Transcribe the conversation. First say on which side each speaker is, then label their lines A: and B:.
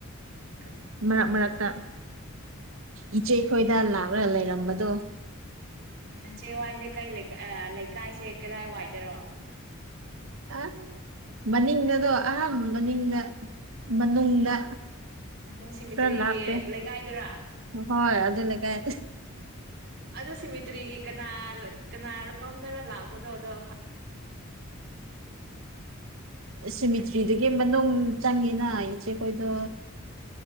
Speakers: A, on the right (about 50°); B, on the right (about 65°).
A: ꯀꯅꯥ
B: ꯃꯔꯛ
A: ꯋꯥꯏꯗꯔꯣ
B: ꯃꯔꯛꯇ ꯏꯆꯦ ꯈꯣꯏꯗ ꯂꯥꯛꯂꯒ ꯂꯩꯔꯝꯕꯗꯣ
A: ꯅꯆꯦꯋꯥꯏꯁꯦ ꯀꯩꯂꯩ ꯂꯩꯀꯥꯏꯁꯦ ꯀꯗꯥꯏ ꯋꯥꯏꯗꯔꯣ
B: ꯑ ꯃꯅꯤꯡꯗꯗꯣ ꯑꯥ ꯃꯅꯤꯡꯗ ꯃꯅꯨꯡꯗ
A: ꯃꯅꯤꯡ ꯁꯤꯃꯤꯇ꯭ꯔꯤꯒꯤ
B: ꯈꯔ ꯂꯥꯞꯄꯦ
A: ꯂꯩꯀꯥꯏꯗꯨꯔꯥ
B: ꯍꯣꯏ ꯑꯗꯨ ꯂꯩꯀꯥꯏ
A: ꯑꯗꯣ ꯁꯤꯃꯤꯇ꯭ꯔꯤꯒꯤ ꯀꯅꯥ ꯀꯅꯥꯔꯣꯝꯗꯔ ꯂꯥꯛꯄꯗꯣ ꯑꯗꯣ
B: ꯁꯤꯃꯤꯇ꯭ꯔꯤꯗꯨꯒꯤ
A: ꯑꯩ
B: ꯃꯅꯨꯡ ꯆꯪꯉꯦꯅ ꯏꯆꯦꯈꯣꯏꯗꯣ